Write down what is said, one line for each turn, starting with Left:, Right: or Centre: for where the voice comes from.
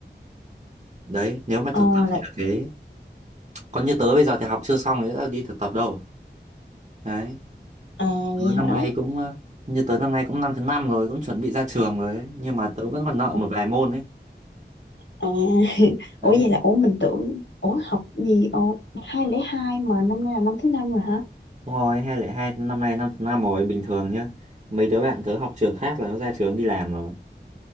Right: đấy nếu mà
Left: Ờ,
Right: thực tập
Left: là,
Right: thì là thế còn như tớ bây giờ thì học chưa xong thì đã đi thực tập đâu đấy
Left: à,
Right: tớ
Left: vậy
Right: năm
Left: hả?
Right: nay cũng ờ, như tớ năm nay cũng năm thứ năm rồi cũng chuẩn bị ra trường rồi ấy. nhưng mà tớ vẫn còn nợ
Left: Ủa,
Right: một vài môn ấy
Left: à, <laughs>
Right: đấy
Left: ủa vậy là, ủa mình tưởng, ủa học gì, ồ, 202 mà năm nay là năm thứ năm rồi hả?
Right: đúng rồi hai lẻ hai năm nay năm thứ năm rồi bình thường nhá mấy đứa bạn tớ học trường khác là nó ra trường đi làm rồi